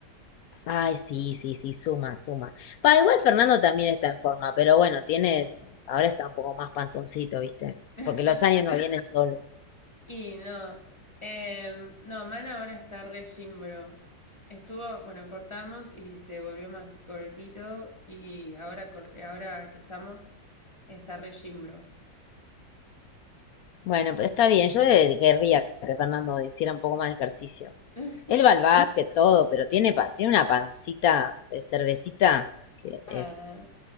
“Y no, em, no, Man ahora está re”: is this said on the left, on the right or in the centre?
Left